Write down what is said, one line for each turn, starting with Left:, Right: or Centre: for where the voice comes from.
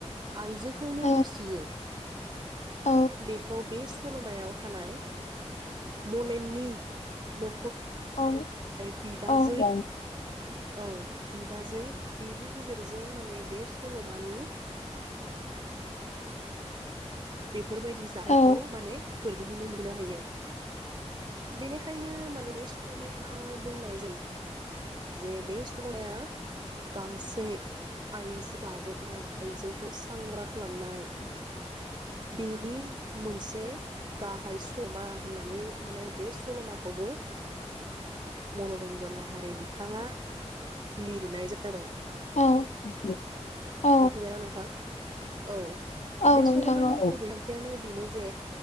Right: आइजोखौनो
Left: औ
Right: दुसियो
Left: औ
Right: बेखौ बे सलमायाव थानाय मलेननि न
Left: औ
Right: बिबाजै
Left: औ औ औ
Right: औ बिबाजै बिनि गेजेरजों माने बे सल'मानि बेफोरबायदि जाहानायखौ
Left: औ नोंथां
Right: माने गोरलैयैनो मिनो हायो। <inaudible> बेनिखायनो माने बे सलमाया बुंनाय जायो। जे बे समाया गांसे आइजो गादबनाय आइजोखौ सांग्रां खालामनाय बेनि मोनसे गाहाय समा होननानै माने बे सलमाखौबो मनरन्जन लाहारिनि थाङा लिरनाय जादों।
Left: औ औ
Right: मिथिबायना नोंथां औ बे
Left: नोंथां
Right: सलमानि
Left: औ नोंथां औ
Right: गुबै थांखियानो बेनो जे